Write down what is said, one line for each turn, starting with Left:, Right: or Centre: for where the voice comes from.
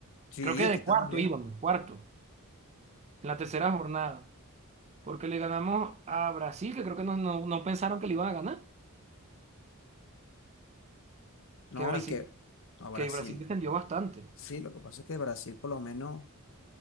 Left: Sí,
Right: Creo que
Left: es
Right: de
Left: que
Right: cuarto
Left: estamos bien.
Right: íbamos, cuarto, en la tercera jornada. Porque le ganamos a Brasil, que creo que no, no- no pensaron que le iban a ganar.
Left: No,
Right: Que Brasil,
Left: y que no, Brasil.
Right: que Brasil descendió bastante.
Left: Sí, lo que pasa es que Brasil, por lo menos,